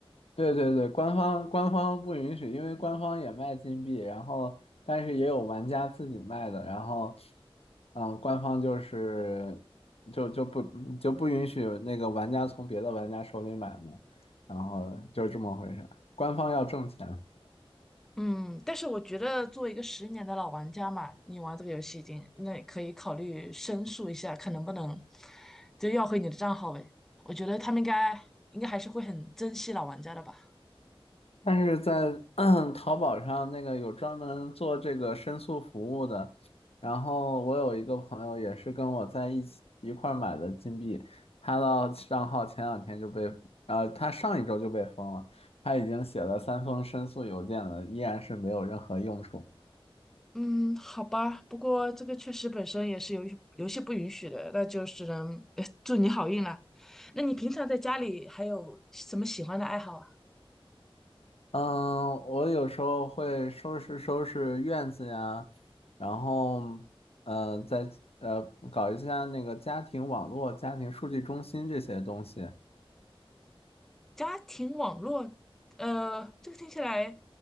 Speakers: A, on the left; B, in the centre.
A: 对对对，官方官方不允许，因为官方也卖金币，然后但是也有玩家自己卖的，然后，嗯、官方就是就就不就不允许那个玩家从别的玩家手里买嘛，然后就是这么回事，官方要挣钱。
B: 嗯，但是我觉得作为一个十年的老玩家嘛，你玩这个游戏已经，那可以考虑申诉一下，看能不能就要回你的账号呗。我觉得他们应该应该还是会很珍惜老玩家的吧。
A: 但是在嗯淘宝上那个有专门做这个申诉服务的，然后我有一个朋友也是跟我在一起一块儿买的金币，他的账号前两天就被，呃，他上一周就被封了，他已经写了三封申诉邮件了，依然是没有任何用处。
B: 嗯，好吧，不过这个确实本身也是游戏游戏不允许的，那就只能呃祝你好运了。那你平常在家里还有什么喜欢的爱好啊？
A: 嗯，我有时候会收拾收拾院子呀，然后，嗯、呃，再呃搞一下那个家庭网络、家庭数据中心这些东西。
B: 家庭网络，呃，这个听起来